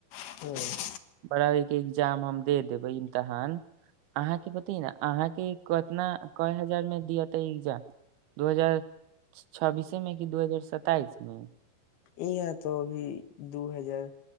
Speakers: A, on the left; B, on the right.
A: ह
B: बारहवीं के एग्जाम हम दे देबै इमतहान अहाँके बतैयो ने अहाँके कतना कय हजार मे दिया त एग्जाम दू हजार छब्बीसे मे कि दू हजार सताइस ह
A: इहाँ तो अभी दू हजार